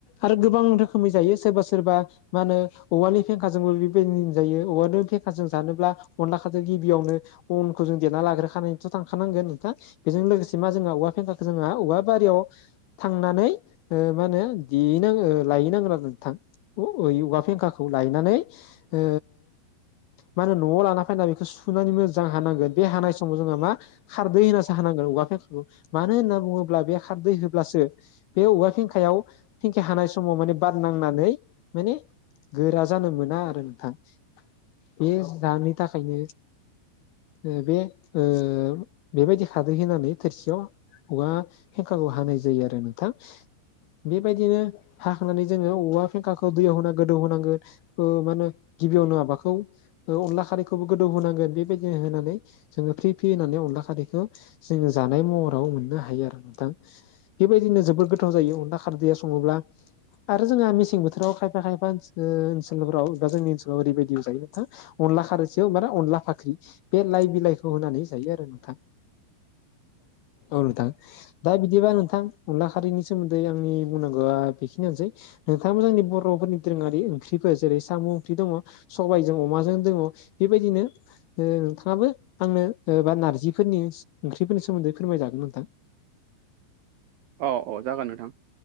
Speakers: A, on the left; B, on the right.
A: आरो गोबां रोखोमै जायो सोरबा सोरबा मा होनो औवानि फेंखाजोंबो बेबायदि जायो औवानि फेंखाजों जानोब्ला अनलाखो जों गिबियावनो अनखौ जों देरना लाग्रोखानायाथ' थांखानांगोन नोंथां बेजों लोगोसे मा जोंहा औवा फेंखाखौ जोंहा औवा बारियाव थांनानै मा होनो देहैनांगो लाहैनांगोन आरो थां औवा फेंखाखौ खौ लायनानै ओ मा होनो न'आव लाना फैना बेखौ सुनानै मोजां हानांगोन। बे हानाय समाव जोङो मा खारदै होनासो हानांगोन औवा मानो होनना बुङोब्ला बे खारदै ब्लासो बे औवा फेंखायाव फेंखा हानाय समाव माने बार नांनानै माने गोरा जानो मोना आरो नोंथां बे जाहोननि थाखायनो ओ बे ओ बेबायदि खारदै होनानै थोरसियाव एबा फेंखायाव हानाय जायो आरो नोंथां। बेबायदिनो हाखांनानै जोङो औवा फेंखाखौ दैयाव होना गोदौ होनांगोन। ओ मा होनो गिबियावनो माबाखौ अनला खारैखौबो गोदौ होनांगोन बेबायदिनो होनानै जोङो फ्रि फ्रि होनानै अनला खारैखौ जोङो जानाय महराव मोननो हायो आरो नोंथां। बेबायदिनो जोबोर गोथाव जायो अनला खारदैया सङोब्ला आरो जोंहा मेसें बोथोराव खायफा खायफा खायफा ओ ओनसोलफोराव एबा जोंनि ओनसोलाव ओरैबायदि जायो मा अनला खारैसेयाव मा अनला फाख्रि बे लाइ बिलाइखौ होनानै जायो आरो नोंथां। औ नोथां दा बिदिबा नोंथां अनला खारिनि सोमोन्दै आंनि बुंनांगौआ बेखिनियानोसै। नोंथाङाबो जोंनि बर'फोरनि दोरोङारि ओंख्रिफोर जेरै साम' ओंख्रि दङ सबायजों अमाजों दङ बेबायदिनो ओ नोंथाङाबो आंनो ओ बा नारजिफोरनि ओंख्रिफोरनि सोमोन्दै फोरमायजागोन नोंथां।
B: औ औ जागोन नोंथां